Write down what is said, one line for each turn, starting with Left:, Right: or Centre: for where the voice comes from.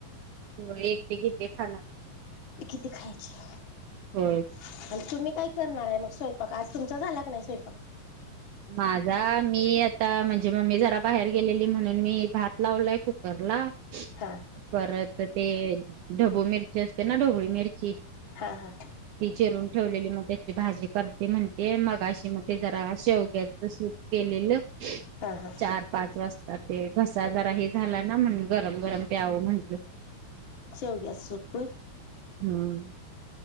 Right: हो एकटे घेते खाला.
Left: किती खायचे
Right: होय की.
Left: तुम्ही काय. करणार आहे मग स्वयंपाक आज तुमचा झालाक नाही स्वयंपाक.
Right: माझा मी आता म्हणजे मम्मी जरा बाहेर गेलेली म्हणून मी भात लावलाय कुकरला.
Left: हा
Right: परत ते ढबू मिरची असते ना ढोबळी मिरची.
Left: हा हा
Right: ती चिरून ठेवलेली मग त्याची भाजी करते म्हणते. ये मग अशी मध्ये जरा अे होती. सू केलेलं
Left: हा हा
Right: चार पाच वाजता ते घसा ज आहे. झाला ना म्हण गरम गरम प्याव म्हणल.
Left: चौ ग्या सप
Right: हम्म